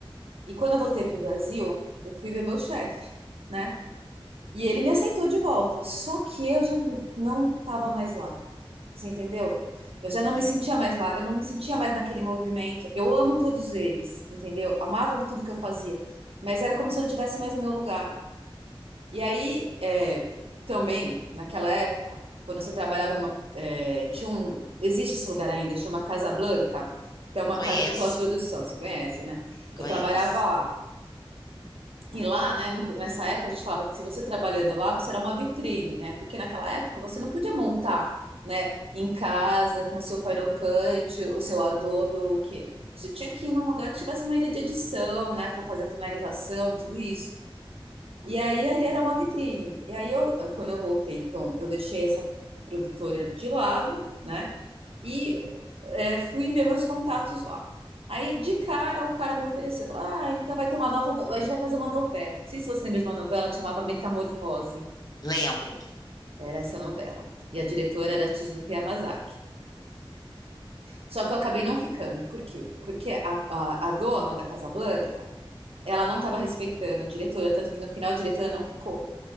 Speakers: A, on the right (about 85°); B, on the left (about 45°).
A: E quando eu voltei pro Brasil, eu fui ver meu chefe, né? E ele me aceitou de volta, só que eu já não estava mais lá. Você entendeu? Eu já não
B: Uhum.
A: me sentia mais lá, eu não me sentia mais naquele movimento. Eu amo todos eles, entendeu? Amava tudo que eu fazia, mas era como se eu não tivesse mais no meu lugar. E aí, é, também, naquela época, quando você trabalhava numa. é, tinha um, existe esse lugar ainda, chama Casa Blanca, que é uma
B: Conheço,
A: casa de pós-produção, você conhece, né?
B: conheço.
A: Eu trabalhava lá. E lá, né, no- nessa época a gente falava que se você trabalhando lá, você era uma vitrine, né? Porque naquela época você não podia montar, né, em casa com o seu Final Cut, o seu Adobe ou o quê. Você tinha que ir num lugar que tivesse uma ilha de edição, né, para fazer a finalização e tudo isso. E aí ele era uma vitrine. E aí eu, quando eu voltei, então, eu deixei essa produtora de lado, né? e é, fui ver meus contatos lá. Aí, de cara, o cara me ofereceu, falou, ah, então vai ter uma nova, no- a gente vai fazer uma novela. Não sei se você lembra de uma novela que chamava Metamorfose.
B: Lembro.
A: Era essa novela. E a diretora era Tezuka Yamazaki. Só que eu acabei não ficando. Por quê? Porque a, a, a dona da Casa Blanca, ela não estava respeitando a diretora, tanto que no final a diretora não ficou.